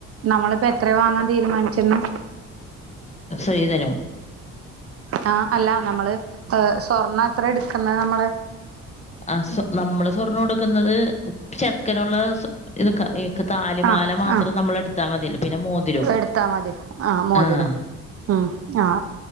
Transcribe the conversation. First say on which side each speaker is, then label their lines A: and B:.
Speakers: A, on the right; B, on the left.
A: നമ്മളിപ്പോ എത്രയ വാങ്ങാൻ തീരുമാനിച്ചിണ്
B: സ്ത്രീധനോ
A: ആ അല്ല നമ്മള് ഏ സ്വർണ്ണം എത്ര എടുക്കുന്നത് നമ്മള്
B: ആ സ്വ നമ്മള് സ്വർണം കൊടുക്കുന്നത് ചെർക്കനുള്ള ഇത് താലിമാല
A: ആഹ്
B: മാത്രം
A: ആഹ
B: നമ്മള് എടുത്താ മതിയല്ലോ പിന്നെ മോതിരവും
A: എടുത്താ മതി ആഹ മോതിരം
B: ആഹ്
A: ഉം ആ